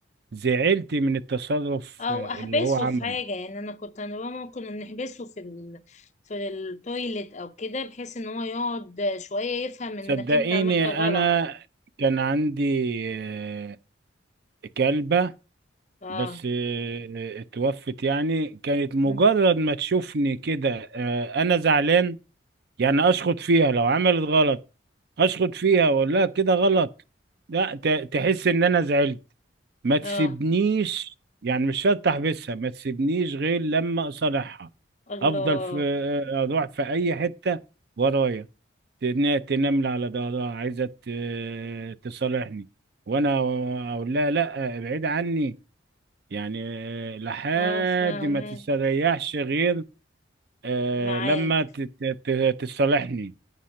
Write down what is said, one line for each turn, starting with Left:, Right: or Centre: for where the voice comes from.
Right: زعلتي من التصرف
Left: او
Right: آه،
Left: احبسه
Right: اللي هو عمله
Left: في حاجه يعني انا كنت انا بابا ممكن نحبسه في ال... في التويليت او كده بحيث ان هو يقعد شويه يفهم انك
Right: صدقيني
Left: انت عملت غلط
Right: انا كان عندي آه، كلبة
Left: اه
Right: بس آه، اتوفت يعني كانت مجرد
Left: مم.
Right: ما تشوفني كده آه، انا زعلان يعني اشخط فيها لو عملت غلط اشخط فيها واقول لها كده غلط لا ت- تحس ان انا زعلت ما تسيبنيش
Left: اه
Right: يعني مش شرط احبسها ما تسيبنيش غير لما اصالحها
Left: الله
Right: افضل في اروح في اي حته ورايا تن- تنمل على ظهرها عايزه ت- تصالحني وانا اقول لها لا ابعد عني يعني آه، لحد
Left: اه فاهمه
Right: ما تستريحش غير آه،
Left: معاك
Right: لما ت- ت- ت- تصالحني